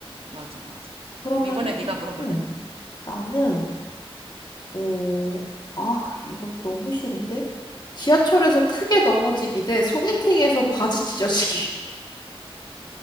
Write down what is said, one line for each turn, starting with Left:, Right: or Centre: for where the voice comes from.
Right: 맞아, 맞아.
Left: 그러면
Right: 그럼 이번에 네가 물어볼래?
Left: 음, 나는 어, 아, 이거 너무 싫은데? 지하철에서 크게 넘어지기 대 소개팅에서 바지 찢어지기.